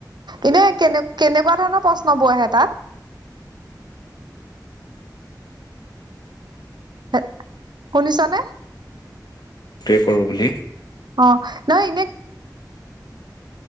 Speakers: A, on the right; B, on the left.
A: এনে কেনে কেনে?? এনেকুৱা ধৰণৰ প্ৰশ্ন বোৰ আহে তাত। হ শুনিছ নে?
B: সেইটোৱে কৰো বুলি
A: অ নহয় এনেই